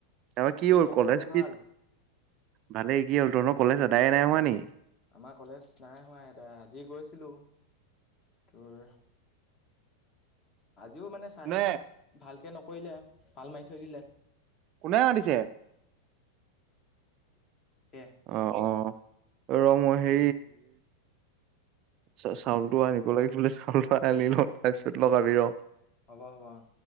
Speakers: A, on the right; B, on the left.
A: এ কি হ
B: খবৰ
A: কলেজ
B: খাতি
A: কি
B: ভাল?
A: ভালে কি হ'ল ত ন কলেজ আদায় নাই হোৱা নি
B: আমাৰ কলেজ নাই হোৱা এতিয়া আজি গৈছিলো তোৰ যিও মানে ছাৰ
A: নে
B: ইমান ভালকৈ নকৰিলে ভাল মাৰি থৈ দিলে
A: কোনে মাতিছে
B: সেয়ে
A: অ অ ৰ মই হে চাউলতটো আনিব লাগি ফ চাউলটো আনি ল তাৰপিছত লগাবি ৰ
B: হব হব